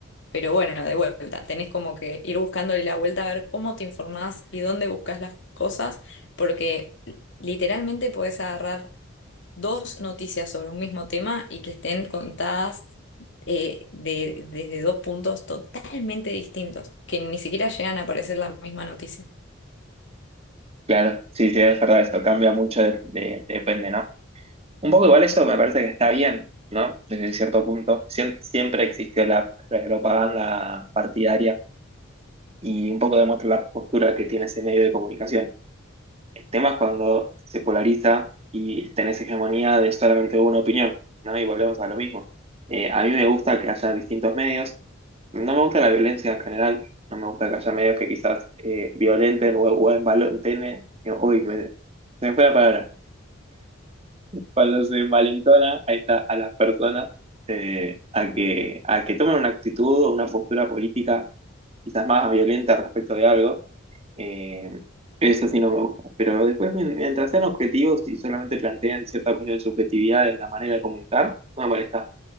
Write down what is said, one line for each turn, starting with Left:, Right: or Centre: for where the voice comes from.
Left: Pero bueno, de vuelta, tenés como que ir buscándole la vuelta a ver cómo te informás y dónde buscas las cosas, porque literalmente podés agarrar dos noticias sobre un mismo tema y que estén contadas eh, de, desde dos puntos totalmente distintos, que ni siquiera llegan a parecer la misma noticia.
Right: Claro, sí, sí, es verdad, esto cambia mucho, de- de- depende, ¿no? Un poco igual eso me parece que está bien, ¿no? Desde cierto punto. Siem- siempre existió la propaganda partidaria y un poco demuestra la postura que tiene ese medio de comunicación. El tema es cuando se polariza y tenés hegemonía de solamente una opinión, ¿no? Y volvemos a lo mismo. Eh, a mí me gusta que haya distintos medios. No me gusta la violencia en general. No me gusta que haya medios que quizás eh, violenten o, o envalenten. eh, Uy, me, se me fue la palabra cuando se malentona ahí está, a las personas eh, a que, a que tomen una actitud o una postura política quizás más violenta respecto de algo. eh, eso sí no me gusta. Pero después, mien- mientras sean objetivos y solamente planteen cierta cuestión de subjetividad en la manera de comunicar, no me molesta.